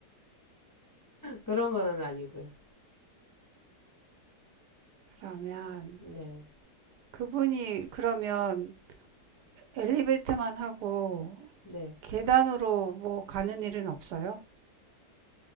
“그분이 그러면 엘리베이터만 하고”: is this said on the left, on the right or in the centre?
Right